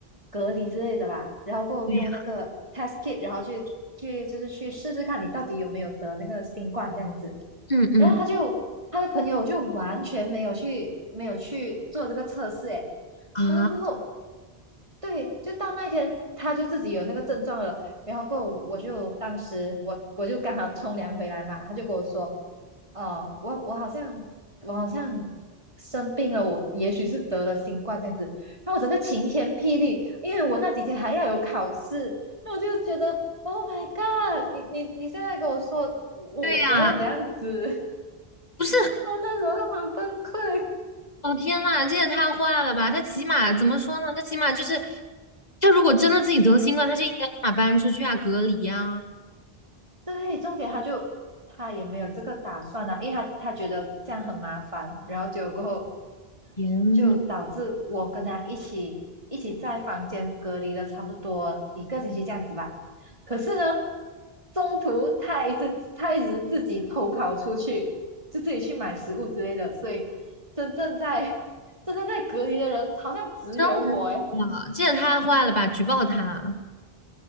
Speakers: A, on the right; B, on the left.
A: 隔离之类的吧？然后够用那个
B: 对呀，
A: test kit，然后去去就是去试试看你到底有没有得那个新冠这样子。
B: 嗯嗯。
A: 然后他就他的朋友就完全没有去没有去做这个测试，诶，
B: 啊。
A: 然后过后对，就到那一天，他就自己有那个症状了，然后过后我就当时我我就刚好冲凉回来嘛，他就跟我说，呃，我我好像我好像生病了，我也许是得了新冠这样子，然后我整个晴天霹雳，因为我那几天还要有考试，那我就觉得，Oh my God，你你你现在跟我说我我我要怎样子，
B: 对呀，不是，
A: <laughs> 我那时候就很崩溃。
B: 哦天呐，这也太坏了吧！他起码怎么说呢？他起码就是，他如果真的自己得新冠，他就应该立马搬出去啊，隔离呀、
A: 对，重点他就他也没有这个打算啊，因为他他觉得这样很麻烦，然后结果过后
B: 天呐，
A: 就导致我跟他一起一起在房间隔离了差不多一个星期这样子吧。可是呢，中途他还一直他一直自己偷跑出去，就自己去买食物之类的，所以真正在 <laughs> 真正在隔离的人好像只有我诶。
B: 真无语啊！这也太坏了吧！举报他！